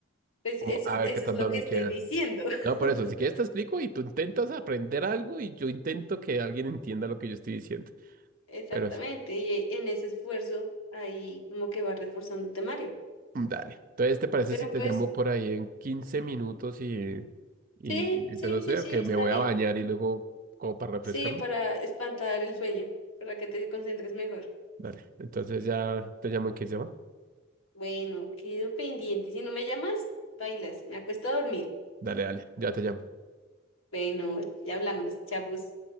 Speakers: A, on the left; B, on the right.
A: Pues
B: cómo-
A: eso,
B: a
A: es-
B: ver
A: eso
B: qué tanto
A: es lo que
B: me
A: estoy
B: queda.
A: diciendo. <laughs>
B: No, por eso, si quieres te explico y tú intentas aprender algo y yo intento que alguien entienda lo que yo estoy diciendo.
A: Exactamente,
B: Pero sí,
A: y en ese esfuerzo ahí como que va reforzando el temario.
B: mm, dale. Entonces, ¿te parece
A: Pero
B: si te
A: pues
B: llamo por ahí en 15 minutos y, y
A: sí, sí,
B: empiezo a estudiar?
A: sí, sí,
B: Que
A: está
B: me voy
A: bien.
B: a bañar y luego como para refrescarme.
A: Sí, para espantar el sueño, para que te concentres mejor.
B: Dale. Entonces ya te llamo en 15, ¿va?
A: Bueno, quedo pendiente. Si no me llamas, bailas. Me acuesto a dormir.
B: Dale, dale, ya te llamo.
A: Bueno, ya hablamos, chavos.